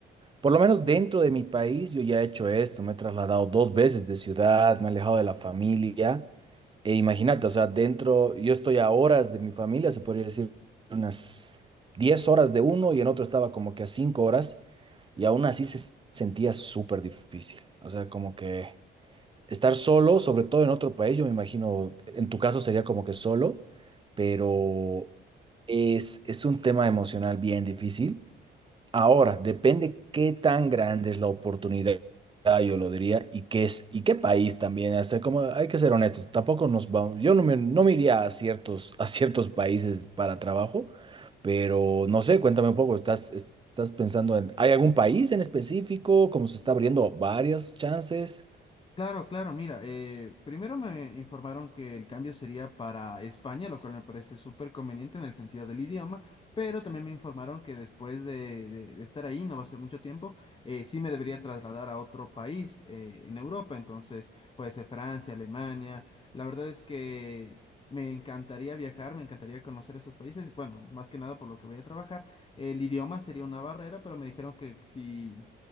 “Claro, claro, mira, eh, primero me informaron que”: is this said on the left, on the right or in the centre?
Left